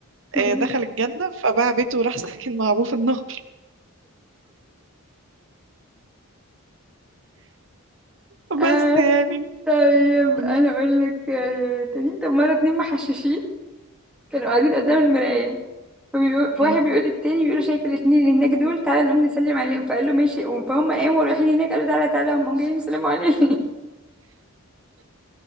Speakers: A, in the centre; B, on the right.
A: <laughs>
B: آه... دخل الجنة فباع بيته وراح ساكن مع ابوه في النار <laughs>
A: آه
B: بس يعني
A: طيب
B: م-
A: انا اقول لك آه، تاني طب مره اتنين محششين كانوا قاعدين قدام المرايه فبيقول فواحد
B: م.
A: بيقول للتاني بيقول له شايف الاتنين اللي هناك دول تعالى نقوم نسلم عليهم فقال له ماشي قوم فهم قاموا رايحين هناك قالوا تعالى تعالى هم جايين يسلموا علينا